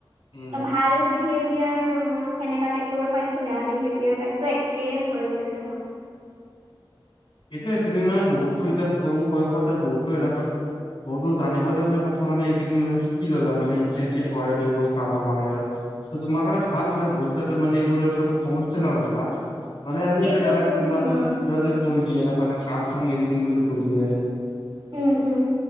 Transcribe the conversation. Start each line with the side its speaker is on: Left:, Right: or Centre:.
Left: উম
Right: ত ভাল বিহেব বি আৰ সেনেকা টাইপৰো পাইছো বেয়া বিহেভিয়াৰ পাইছো এক্সপেৰিয়েঞ্চ হৈ গৈছে মোৰ। <inaudible>
Left: এতিয়া তুমি মানে বহুতো এতিয়া সৰু বয়সতে বহুতো এনেকুৱা বহুতো জানিবলগীয়া কথা মানে এইকেইদিন মানে শিকি ললা মানে ইন্টাৰ্ণশ্বিপ হয় এইবোৰ কামৰ সহায়ত। ত তোমাৰ কাৰণে ভাল মানে ভৱিষ্যতৰ মানে এইবোৰৰ সমস্যা নাপাবা। মানে আজি
Right: সেইটোতো
Left: কালি জানা কোনোবাই যদি
Right: উম
Left: কিবা যদি এটা কাৰানে কাম চাম এৰি দিম বুলি কৈ দিয়ে।
Right: উম উম।